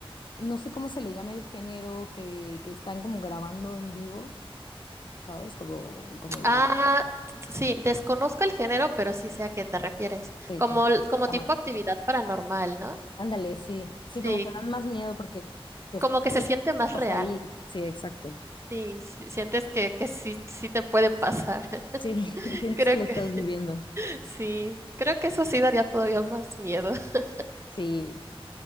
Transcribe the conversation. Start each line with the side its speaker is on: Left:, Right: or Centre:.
Left: no sé cómo se le llama el género que, que están como grabando en vivo, ¿sabes? Como, como la,
Right: Ah, sí, desconozco el género, pero sí sé a qué te refieres.
Left: sí,
Right: Como,
Left: como por
Right: el- como
Left: cámara.
Right: tipo actividad paranormal, ¿no?
Left: Ándale, sí, sí,
Right: Sí,
Left: como que dan más miedo porque te
Right: como que
Left: sientes
Right: se siente
Left: que estás
Right: más real.
Left: ahí. Sí, exacto.
Right: Sí, sí, sientes que, que sí, sí te puede pasar. <laughs>
Left: Sí, <laughs> sientes
Right: Creo
Left: que lo estás
Right: que
Left: viviendo.
Right: sí, creo que eso sí daría todavía más miedo. <laughs>
Left: Sí,